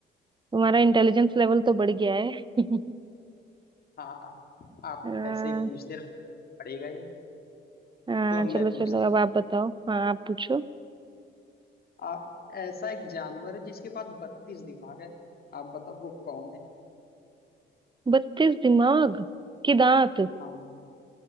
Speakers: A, on the right; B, on the left.
A: तुम्हारा इंटेलिजेंस लेवल तो बढ़ गया है <laughs>
B: हाँ आप
A: अ,
B: ऐसे ही पूछते रहो पड़ेगा ही
A: हाँ
B: तो अब
A: चलो
B: मैं
A: चलो
B: पूछता
A: अब आप बताओ हाँ आप पूछो
B: हूँ। आप ऐसा एक जानवर है जिसके पास बत्तीस दिमाग है आप बताओ वो कौन है
A: बत्तीस दिमाग के दांत
B: हाँ